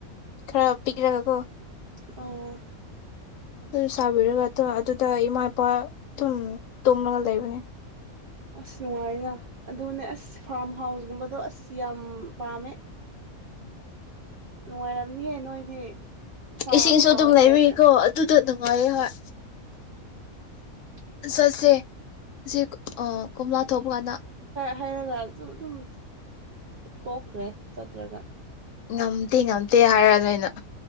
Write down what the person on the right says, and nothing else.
ꯑꯣ
ꯑꯁ ꯅꯨꯡꯉꯥꯏꯅ ꯑꯗꯨꯅꯦ ꯑꯁ ꯐꯥꯔꯝ ꯍꯥꯎꯁꯒꯨꯝꯕꯗꯣ ꯑꯁ ꯌꯥꯝ ꯄꯥꯝꯃꯦ ꯅꯨꯡꯉꯥꯏꯔꯝꯅꯤꯌꯦꯦ ꯅꯣꯏꯗꯤ ꯐꯥꯔꯝ
ꯍꯥꯎꯁ
ꯂꯩꯕꯅ
ꯑ
ꯍꯥꯏꯔꯒꯁꯨ ꯑꯗꯨꯝ ꯇꯣꯛꯈ꯭ꯔꯦ ꯆꯠꯇ꯭ꯔꯒ